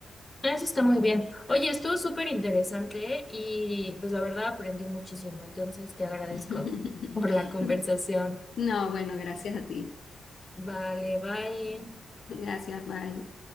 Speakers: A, on the left; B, on the left.
A: eso está muy bien. Oye, estuvo súper interesante y pues la verdad aprendí muchísimo, entonces te agradezco
B: <laughs>
A: por la conversación.
B: No, bueno, gracias a ti.
A: Vale, bye.
B: Gracias, bye.